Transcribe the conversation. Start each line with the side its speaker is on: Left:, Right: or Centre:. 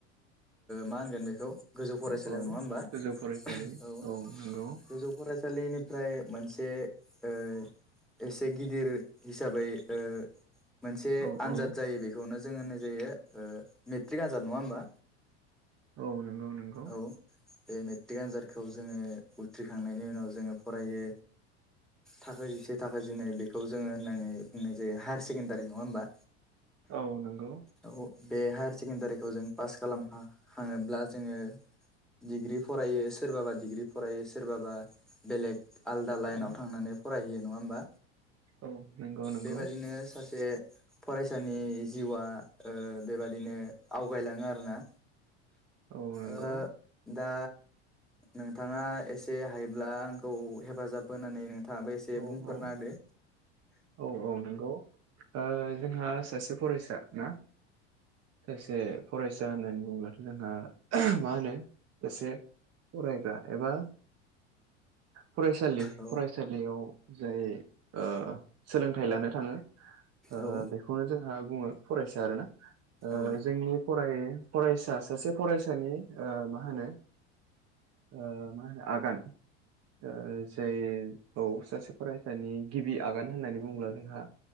Centre: मा होनगोन बेखौ गोजौ फरायसालियाव,
Right: औ औ
Centre: नङा होमबा?
Right: गोजौ फरायसालि
Centre: औ
Right: नंगौ
Centre: गोजौ फराय सालिनिफ्राय मोनसे ओ एसे गिदिर हिसाबै ओ मोनसे
Right: औ
Centre: आनजाद
Right: औ
Centre: जायो बेखौनो जोङो होननाय जायो ओ मेट्रिक आनजाद, नङा होमबा?
Right: औ नोंगौ नोंगौ।
Centre: औ बे मेट्रिक आनजादखौ जोङो उथ्रिखांनायनि उनाव जोङो फरायो थाखो जिसे थाखो जिनै बेखौ जोङो होननानै बुंनाय जायो हायार सेकेण्डारि। नङा होमबा?
Right: औ नोंगौ।
Centre: औ बे हायार सेकेणडारिखौ जों पास खालाम खा-खाङोब्ला जोङो डिग्रि फरायो, सोरबाबा डिग्रि फरायो सोरबाबा बेलेग आलदा लाइनाव
Right: औ
Centre: थांनानै फरायहैयो। नङा होमबा?
Right: औ नंगौ नंगौ
Centre: बेबादिनो सासे फरायसानि जिउआ ओ बेबादिनो आवगायलाङो आरोना
Right: औ नंगौ
Centre: ओ दा नोंथाङा एसे हायोब्ला आंखौ हेफाजाब होनानै नों थाङाबो एसे
Right: ओ
Centre: बुंफोरना
Right: औ
Centre: होदो।
Right: औ औ नोंगौ । ओ जोंहा सासे फरायसा ना? सासे फरायसा होननानै बुंबा जोंहा मा होनो एसे फरायग्रा एबा फरायसालि
Centre: औ
Right: फरायसालियाव जाय ओ सोलोंथाइ लानो थाङो ओ
Centre: औ
Right: बेखौनो जोंहा बुङो फरायसा आरोना ओ
Centre: औ
Right: जोंनि फराय-फरायसा सासे फरायसानि ओ मा होनो ओ मा होनो आगान ओ जाय औ सासे फरायसानि गिबि आगान होननानै बुङोब्ला जोंहा